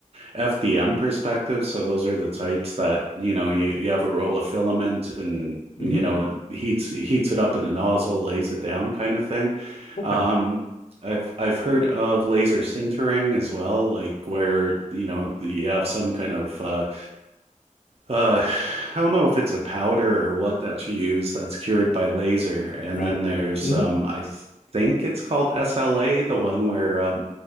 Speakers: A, on the right; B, on the left.
A: FDM perspective. So those are the types that, you know, you, you have a roll of filament and,
B: hmm
A: you know, it heats heats it up in a nozzle, lays it down kind of thing.
B: Okay.
A: Um, I've I've heard of laser sintering as well, like where, you know, you have some kind of uh, uh, I don't know if it's a powder or what that you use that's cured by laser. And
B: Right.
A: then there's
B: hmm
A: um, I think it's called SLA, the one where um,